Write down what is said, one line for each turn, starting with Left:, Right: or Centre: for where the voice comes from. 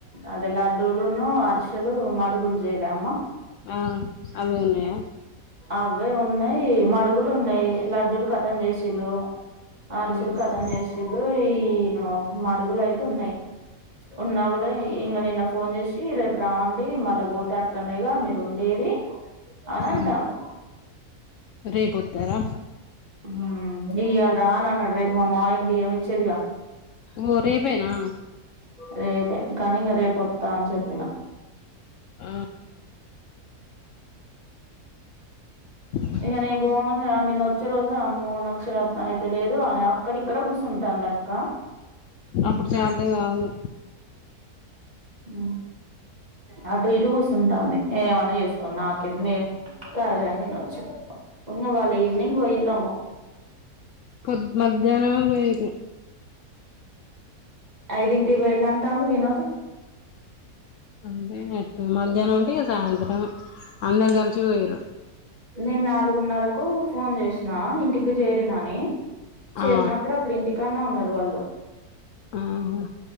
Right: అదే లడ్డులు అరిసెలు మడుగులు జయలే అమ్మ
Left: ఆ అవే ఉన్నాయా
Right: అవే ఉన్నాయి మడుగులు ఉన్నాయి లడ్డులు కతం చేసిలు అరిసలు
Left: మ్మ్
Right: కతం చేసి లు ఈ ఒక మడుగులు అయితే ఉన్నాయి ఉన్నా కూడా ఇంకా నిన్న ఫోన్ చేసి రేపు రాండి మళ్ళా పోతే అక్కనేగా మీరు ఉండేది అని అంటాండు
Left: అ రేపోత్తరా
Right: ఆ ఇయళ రానన్నాడు రేపు మా మావయ్యకి బియ్యం ఇచ్చేడ్గా
Left: ఓ రేపేనా
Right: రేపే కానీ ఇంగ రేపొత్తా అని చెప్పిన
Left: ఆ <inaudible>
Right: ఇంగ నేన్ పోంగ మల్ల నేనొచ్చే రోజు అమ్మో నాక్ శాతన అయితలేదు అని అక్కడిక్కడ కూసుంటంది అక్క
Left: అప్పుడు చాతా కాదు
Right: ఉ అటు ఇటు కూర్చుంటంది ఏమన్నా చేసుకొనీ నాకేంది నే తయారయి నేనొచ్చిన ఇంగ వాళ్ళు ఈవినింగ్ పొయిళ్ళెమో
Left: పొద్ మధ్యాహ్నమే పోయిరు
Right: ఐదింటికి పొయిలు అంటండు వినోద్
Left: అంటే అట్టు మధ్యాహ్నం అంటే సాయంత్రమే అందరు కలిసి పొయిరు
Right: నేను నాలుగున్నరకు ఫోన్ చేసిన ఇంటికి చేరినని చేరినప్పుడు
Left: ఆ
Right: అప్ ప్పుడు ఇంటికన్నే ఉన్నారు వాళ్ళు
Left: ఆహ